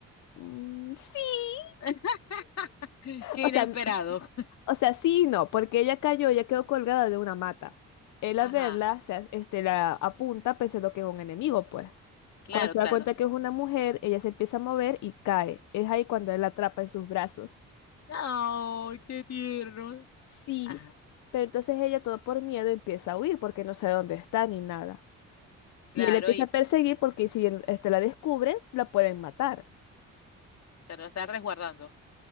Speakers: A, on the left; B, on the left.
A: Mm, sí,
B: <laughs> <laughs> Qué
A: o
B: inesperado.
A: sea, o sea, sí y no, porque ella cayó, ella quedó colgada de una mata. Él
B: Ajá,
A: al verla, se, as- este, la apunta pensando que es un enemigo, pues.
B: claro,
A: Cuando se
B: claro.
A: da cuenta que es una mujer, ella se empieza a mover y cae. Es ahí cuando él la atrapa en sus brazos.
B: Ay, qué tierno.
A: Sí,
B: Ajá,
A: pero entonces ella todo por miedo empieza a huir porque no sabe dónde está ni nada.
B: claro,
A: Y él empieza
B: y
A: a perseguir porque si él, este, la descubre, la pueden matar.
B: pero está resguardando.